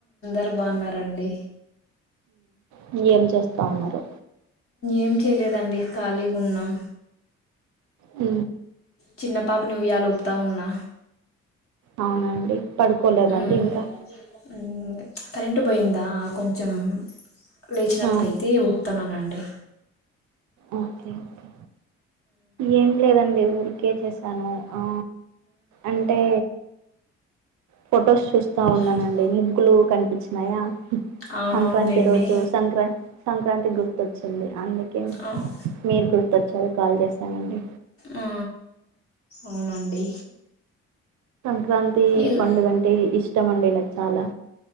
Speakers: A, on the left; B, on the right.
A: అందరు బాగున్నారండి
B: హ ఏం చేస్తా ఉన్నారు
A: ఏం చేయలేదండి ఖాళీగ ఉన్నాం
B: ఉ
A: చిన్న పాపను ఉయాలుపుతా ఉన్నా
B: అవునాండి పడుకోలేదండి
A: మ్మ్. పడుకోలేదా
B: ఇంకా
A: మ్మ్, కరెంటు పోయిందా కొంచెం లేచినట్లయితే
B: ఆ
A: ఊపుతున్నానండి
B: ఓకే ఓకే ఏం లేదండి ఊరికే చేసాను ఆ అంటే ఫొటోస్ చూస్తా ఉన్నానండి
A: చూస్త
B: ముగ్గులు కనిపించినాయా
A: అవునవునులేండి
B: సంక్రాంతి రోజు సంక్రాం సంక్రాంతి గుర్తొచ్చింది అందుకే
A: అవు-
B: మీరు గుర్తోచ్చారు కాల్ చేస్తానండి
A: ఆ, అవునండి
B: సంక్రాంతి
A: ఎలా
B: పండుగ అంటే ఇష్టం అండి నాకు చాలా